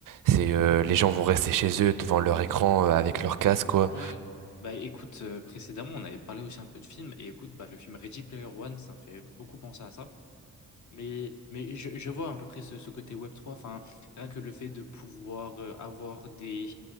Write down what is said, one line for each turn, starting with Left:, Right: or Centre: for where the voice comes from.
Right: C'est euh, les gens vont rester chez eux devant leur écran euh, avec leur casque, quoi.
Left: Ouais. Bah, écoute, euh, précédemment, on avait parlé aussi un peu de films, et écoute, bah, le film Ready Player One, ça me fait beaucoup penser à ça. Mais, mais je, je vois à peu près ce, ce côté web trois enfin, rien que le fait de pouvoir euh, avoir des,